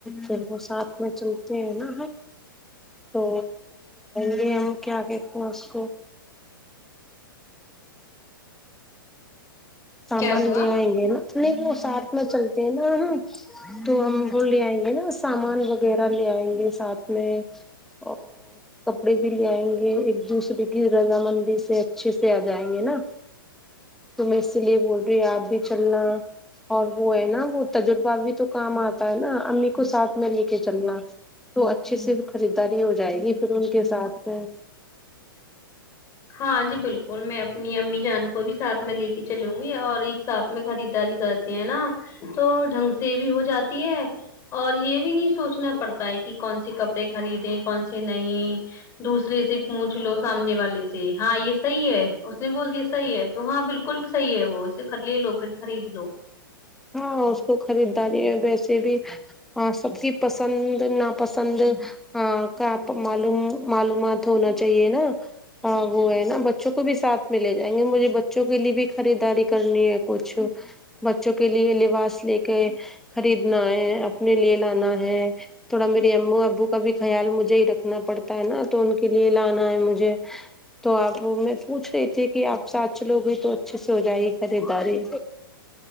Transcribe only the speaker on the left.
کیا ہوا
ہاں جی بالکل میں اپنی امی جان کو بھی ساتھ میں لے کے چلوں گی اور ایک ساتھ میں خریدداری کرتے ہیں نا تو ڈھنگ سے بھی ہو جاتی ہے اور یہ بھی نہیں سوچنا پڑتا ہے کہ کون سے کپڑے خریدیں کون سے <unintelligible> نہیں دوسرے سے پوچھ لو سامنے والے سے جی ہاں یہ صحیح ہے اس نے بول دیا صحیح ہے تو ہاں بالکل صحیح ہے وہ اسے لے لو پھر خرید لو